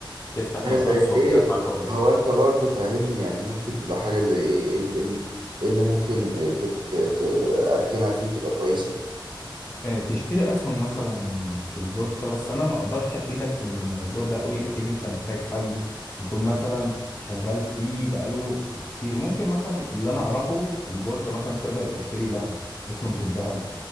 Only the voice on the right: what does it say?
حاجة
زي
ايه
هو انت برضو فاهمني يعني ممكن تبقى حاجة زي ايه ايه ال- إيه ال- إيه اللي ممكن تت- ت- اركنها فيه وتبقى كويسة